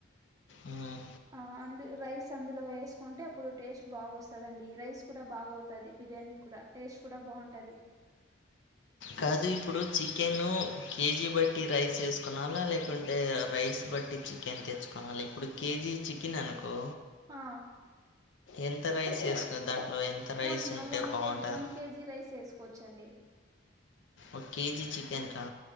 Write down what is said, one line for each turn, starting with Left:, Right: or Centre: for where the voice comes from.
Left: ఆ
Right: ఆ అందు రైస్ అందులో వేసుకుంటే అప్పుడు టేస్ట్ బాగా వస్తుందండి రైస్ కూడా బాగా అవుతుంది బిర్యానీ కూడా టేస్ట్ కూడా బాగుంటది
Left: కాదు ఇప్పుడు చికెను కేజీ బట్టి రైస్ వేసుకునాలా లేకుంటే రైస్ బట్టి చికెన్ చికెన్ తెచ్చుకోవాలి ఇప్పుడు కేజీ చికెన్ అనుకో
Right: ఆ
Left: ఎంత రైస్ వేస్తావ్ దాంట్లో ఎంత రైస్
Right: వన్
Left: ఉంటే
Right: వన్
Left: బావుంటది?
Right: కేజీ వన్ కేజీ రైస్ వేసుకోవచ్చండి
Left: ఒక కేజీ చికెన్ కా